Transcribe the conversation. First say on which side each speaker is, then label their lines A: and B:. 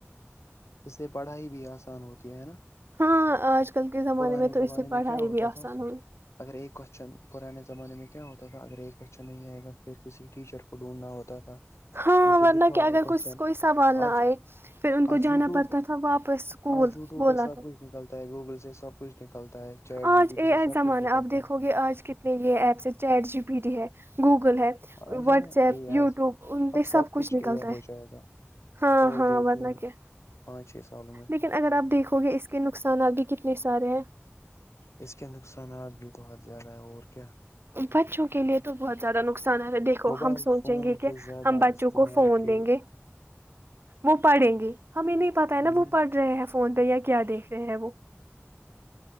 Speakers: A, on the left; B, on the right.
A: اس سے پڑھائی بھی آسان ہوتی ہے نا
B: اں آج کل کے
A: پرانے
B: میں
A: زمانے
B: تو اس سے
A: میں
B: پڑھائی
A: کیا ہوتا
B: بھی آسان
A: تھا
B: ہوئی
A: اگر ایک کوشچن پرانے زمانے میں کیا ہوتا تھا اگر یہ کویشچن نہیں آئے گا پھر کسی ٹیچر کو ڈھونڈنا ہوتا تھا
B: ہاں
A: مجھے
B: ورنہ
A: دکھا ہوا
B: کہ اگر
A: ہے کوشن
B: کوئی کوئی سوال نہ
A: آج
B: آئے پھر ان کو
A: آج
B: جانا
A: وٹیوب
B: پڑتا تھا واپس اسکول
A: آج یوٹیوب
B: بولا
A: ہے سب
B: تھا
A: کچھ نکلتا ہے گوگل سے سب کچھ نکلتا ہے چیٹ
B: آج
A: جی پی ٹی
B: ا
A: سے سب
B: زمانہ
A: کچھ نکلتا
B: آپ دیکھو گے آج کتنے یہ ایپس ہے چیٹ جی پی ڈی ہے گوگ گ ہے
A: آج
B: واٹس
A: ہے نا
B: ایپ
A: اے
B: یوٹیوب
A: آئی
B: ان
A: اب
B: پہ سب کچھ نکلتا
A: اے آئی
B: ہے
A: ہو جائے گا
B: ہاں
A: اور
B: ہاں
A: دو تین
B: تہ کیا
A: پانچ چھ سالوں میں
B: لیکن اگر آپ دیکھو ہو گیا اس کےے نقصانات بھی کتنے سارے ہیں
A: اس کے نقصانات بھی بہت زیادہ ہیں اور کیا
B: بچوں کےے تو بہت زیادہ نقصان دیکھو
A: موبائل
B: ہم سوچیں
A: فون
B: گے کہ
A: کے زیادہ
B: ہم بچوں
A: استعمال
B: کو فون
A: کے
B: دیں گے وہ پڑھیں گے ہمیں نہیں پتاہ
A: ہوں
B: ہے نا وہ پڑھ رہے ہیں فون پہ یا کیا دیکھ رہے ہیں وہ